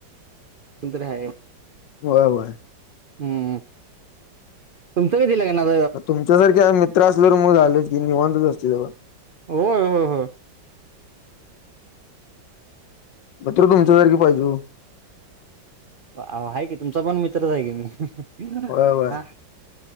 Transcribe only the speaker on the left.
होय होय
तुमच्यासारखे मित्र असले तर मग झालेच की निवांतच असतील तेव
म्र तुमच्यासारखी पाहिजे
व्हय व्हय